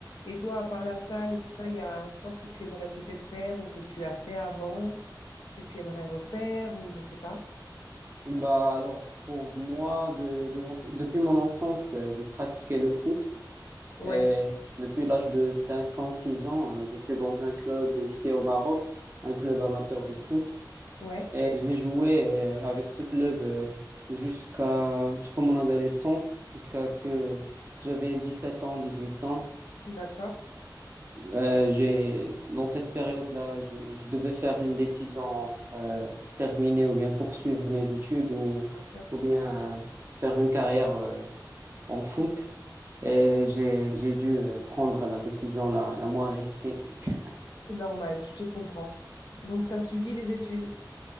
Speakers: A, on the left; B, on the right.
A: Et toi, à part la salle et tout ça, il y a un sport que tu aimerais peut-être faire ou que tu as fait avant, que tu aimerais refaire ou je sais pas.
B: Bah alors pour moi, de- de- depuis mon enfance, euh, je pratiquais le foot
A: Ouais,
B: et depuis l'âge de 5 ans, 6 ans, euh, j'étais dans un club ici au Maroc, un club amateur de foot
A: ouais,
B: et j'ai joué euh, avec ce club euh, jusqu'à jusqu'à mon adolescence, jusqu'à que j'avais 17 ans, 18 ans.
A: d'accord,
B: Euh, j'ai, dans cette période-là, je, je devais faire une décision entre euh, terminer ou bien poursuivre mes études ou,
A: bien sûr.
B: ou bien euh, faire une carrière euh, en foot. Et j'ai, j'ai dû euh, prendre la décision la, la moins risquée. <laughs>
A: C'est normal, je te comprends. Donc, tu as suivi les études.